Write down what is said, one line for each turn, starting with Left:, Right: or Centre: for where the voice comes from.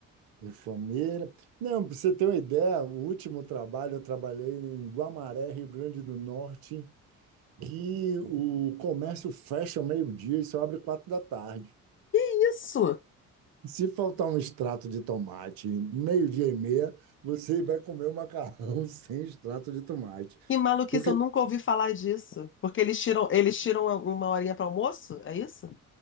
Right: De família. Não, para você ter uma ideia, o último trabalho eu trabalhei em Guamaré, Rio Grande do Norte, que o comércio fecha ao meio-dia e só abre quatro da tarde.
Left: Isso!
Right: Se faltar um extrato de tomate, meio-dia e meia, você vai comer o macarrão <laughs> sem extrato de tomate.
Left: Que maluquice,
Right: Porque
Left: eu nunca ouvi falar disso. Porque eles tiram, eles tiram uma horinha para almoço? É isso?